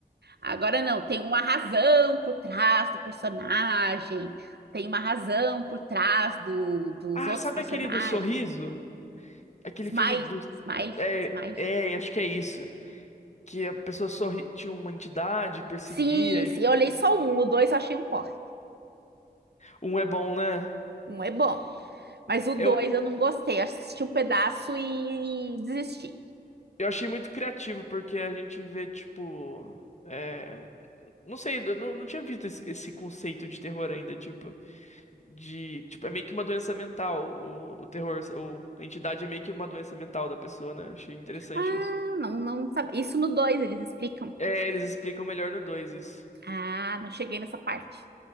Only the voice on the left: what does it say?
Ah,
sabe
aquele do Sorriso? Aquele
filme do.
É,
é, acho que é isso. que a pessoa sorri, tinha uma entidade, perseguia.
E...
Um é bom, né?
Eu,
eu achei muito criativo, porque a gente vê, tipo. é, Não sei, eu não, não tinha visto esse, esse conceito de terror ainda, tipo, de, tipo, é meio que uma doença mental, o, o terror, o, a entidade é meio que uma doença mental da pessoa, né? Eu Achei interessante
isso.
É, eles explicam melhor no 2 isso.